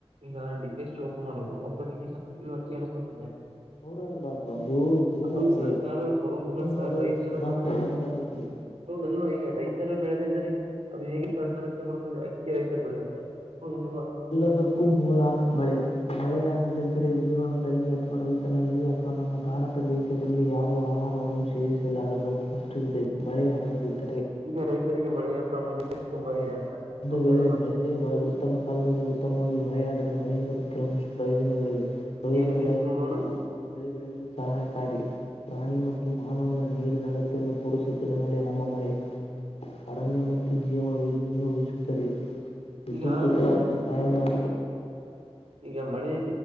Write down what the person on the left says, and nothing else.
ಅವ್ರಲ್ವಾ ಅದು ಅದು ಯಡಿಯೂರಪ್ಪ
ಅದು
ಮಾಡುವುದು
ಸಿದ್ದರಾಮಯ್ಯ ಸರ್ಕಾರದಲ್ಲಿ
ಎಲ್ಲದಕ್ಕೂ ಮೂಲ ಬಳೆ ಬಳೆ ಆದ್ರಿದ್ದ ರೆ ಜೀವನದಲ್ಲಿ ಅಥವಾ ರೈತನಲ್ಲಿ ಅಥವಾ ನಮ್ಮ ಭಾರತ ದೇಶದಲ್ಲಿ ಯಾರು ಆಹಾರವನ್ನು ಸೇವಿಸಲು ಆಗಷ್ಟು ಇದೆ ಮಳೆ ಆಗದಿದ್ದ.
ಮಳೆಯ
ಪ್ರವೇಶನ
ಒಂದು
ವೇಳೆ ಮಳೆಯ ಉತ್ತಮ. ಕಾಲದಲ್ಲಿ ಉತ್ತಮವಾಗಿ ಮಳೆ ಆದರೆ ಮಳೆಯಿಂದ. ಕೆಲವೊಂದಷ್ಟು ಪ್ರಯೋಜನಗಳಿವೆ ಪ್ರಯೋಜನಗಳೇನೆಂದ
ಉತ್ತಮ ಬೆಳೆ ಬೆಳೆಯಲು ಸಹಾಯಕಾರಿ. ಹಾಣಿ ಮತ್ತು ಮಾನವನ ನೀರಿನ ಅಗತ್ಯವನ್ನು ಪೂರಿಸುತ್ತದೆ ಮಳೆ ನಮ್ಮ ಮಳೆ ಅರಣ್ಯ ಮತ್ತು. ಜೀವ ವಿನ್ನು ಉಹಿಸುತ್ತದೆ ವಿದ್ಯುತ್
ಉತ್ಪ ಸಹಾಯ ಮಾಡ.